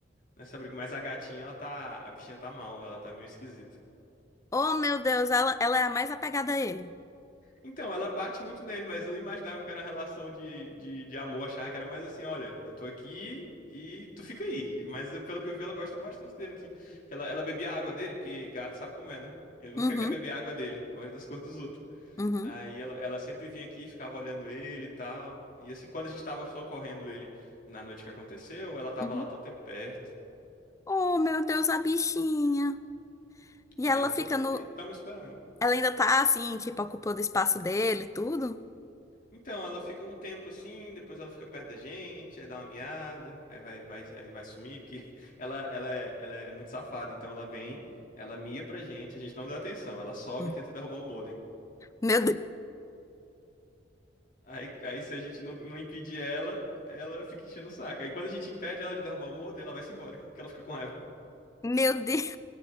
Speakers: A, on the left (about 50°); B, on the left (about 15°).
A: nessa briga, mas a gatinha, ela tá, a bichinha tá mal, ela tá meio esquisita.
B: Oh, meu Deus, ela, ela é a mais apegada a ele.
A: Então, ela bate muito nele, mas eu não imaginava que era relação de, de, de amor. Achava que era mais assim, olha, eu tô aqui e tu fica aí. Mas eu- pelo que eu vi, ela gosta bastante dele aqui. Que Ela, ela bebia a água dele, que gato sabe como é, né? Ele nunca
B: Uhum,
A: quer beber a água dele, gosta das cores dos outros.
B: uhum,
A: Aí ela, ela sempre vinha aqui, ficava olhando ele e tal. E assim, quando a gente tava socorrendo ele na noite que aconteceu, ela tava
B: uhum.
A: lá todo tempo perto.
B: Oh, meu Deus, a bichinha. E
A: Aí
B: ela
A: eu tô,
B: fica
A: tamo
B: no.
A: aí, tamo esperando.
B: Ela ainda tá assim, tipo, ocupando o espaço dele, e tudo.
A: Então, ela fica um tempo assim, depois ela fica perto da gente, aí dá uma miada, aí vai, vai, aí vai sumir, porque <laughs> ela, ela, é, ela é muito safada, então ela vem, ela mia pra gente, a gente não dá atenção, ela sobe
B: Hum.
A: e tenta derrubar o modem.
B: Meu Deus.
A: Aí, aí se a gente não, não impedir ela, ela fica enchendo o saco. Aí quando a gente impede ela de derrubar o modem, ela vai-se embora, <laughs> porque ela fica com raiva.
B: Meu Deus.